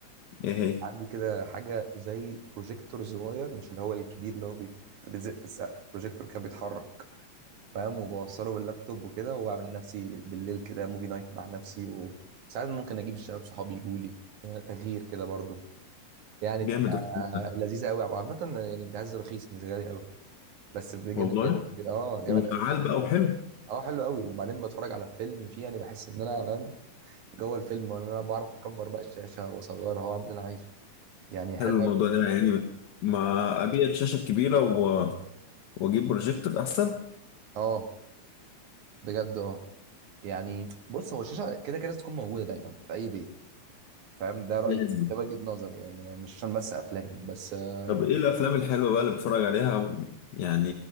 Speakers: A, on the left (about 75°); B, on the right (about 75°).
A: ايه هي
B: عندي كده حاجه زي بروجيكتور صغير مش اللي هو الكبير اللي هو بيتلزق في السقف بروجيكتور كده بيتحرك فاهم وبوصله باللابتوب وكده واعمل لنفسي بالليل كده موفي نايت مع نفسي وساعات ممكن اجيب الشباب صحابي يجوا لي آه، تغيير كده برضو يعني
A: جامد
B: بتبقى
A: الفيلم ده
B: آه، لذيذه قوي عامه يعني الجهاز رخيص مش غالي قوي بس ده جامد
A: والله
B: جدا كده اه جامد
A: وفعال
B: قوي
A: بقى وحلو
B: اه حلو قوي وبعدين بتفرج على فيلم فيه يعني بحس ان انا فاهم جوه الفيلم وان انا بعرف اكبر بقى الشاشه واصغرها واعمل اللي انا عايزه يعني حلو
A: حلو الموضوع
B: أوي.
A: ده يعني ما
B: حلو.
A: ابيع الشاشه الكبيره و... واجيب بروجيكتور احسن
B: اه بجد اه يعني بص هو الشاشه كده كده لازم تكون موجوده دايما في اي بيت فاهم ده رايي
A: لازم
B: وده وجهه نظري يعني مش عشان بس افلام بس آه،
A: طب ايه الافلام الحلوه بقى اللي بتتفرج عليها يعني